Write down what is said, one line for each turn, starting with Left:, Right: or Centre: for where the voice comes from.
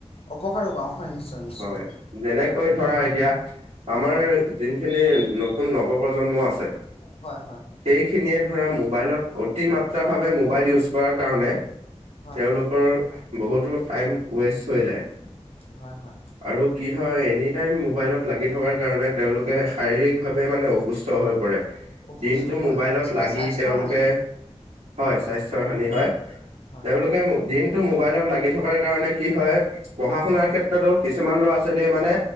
Left: অপকাৰো পাওঁ, হয় নিশ্চয়। নিশ্চয়।
Right: হয়। যেনেকৈ ধৰা এতিয়া আমাৰ যোনখিনি নতুন নৱ প্ৰজন্ম আছে।
Left: হয়-হয়।
Right: সেইখিনিয়ে ধৰা মোবাইলত অতি মাত্ৰা ভাৱে মোবাইল ইউজ কৰাৰ কাৰণে
Left: হয়,
Right: তেওঁলোকৰ বহুতো টাইম ওৱেষ্ট হৈ যায়।
Left: হয়-হয়।
Right: আৰু কি হয় এনি টাইম মোবাইলত লাগি থকাৰ কাৰণে তেওঁলোকে শাৰীৰিকভাৱে মানে অসুস্থ হৈ পৰে।
Left: অসুস্থ
Right: দিনটো
Left: হয়,
Right: মোবাইলত
Left: আচলতে
Right: লাগি
Left: স্বাস্থ্যৰ
Right: তেওঁলোকে
Left: হানি হয়।
Right: হয়, স্বাস্থ্যৰ হানি হয়।
Left: হয়,
Right: তেওঁলোকে
Left: হয়।
Right: দিনটো মোবাইলত লাগি থকাৰ কাৰণে কি হয় পঢ়া-শুনাৰ
Left: হয়
Right: ক্ষেত্ৰত ক্ষেত্ৰতো কিছুমান ল'ৰা-ছোৱালীয়ে মানে